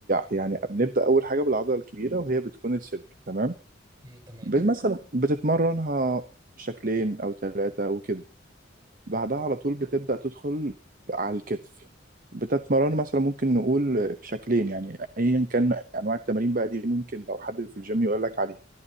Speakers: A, on the right (about 45°); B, on the right (about 25°).
A: يعني بنبدأ أول حاجة بالعضلة الكبيرة وهي بتكون الصدر تمام
B: امم تمام
A: ب- مثلا بتتمرنها شكلين أو ثلاثة وكده بعدها
B: حلو
A: على طول بتبدأ تدخل على الكتف بتتمرن مثلا ممكن نقول شكلين يعني أيا كان أنواع التمارين بقى دي ممكن لو حد في الجيم يقول لك عليها